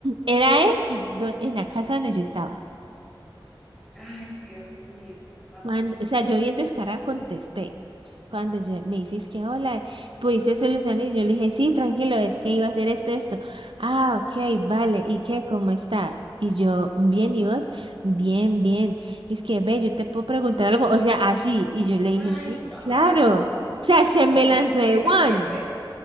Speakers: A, on the right (about 75°); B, in the centre.
A: era él y do- en la casa donde yo estaba.
B: Ay, Dios mío. Ajá.
A: Cuando- o sea, yo bien descarada contesté. Cuando yo, me dices que hola, ¿pudiste solucionar? Y yo le dije, sí, tranquilo, es que iba a hacer esto, esto. Ah, ok, vale. ¿Y qué? ¿Cómo estás? Y yo, bien, ¿y vos? Bien, bien. Es que, ve, yo te puedo preguntar algo, o sea, así. Y yo le dije,
B: Ay,
A: sí, claro.
B: carajo.
A: O sea, se me
B: Ese,
A: lanzó de
B: venga,
A: one.
B: ese,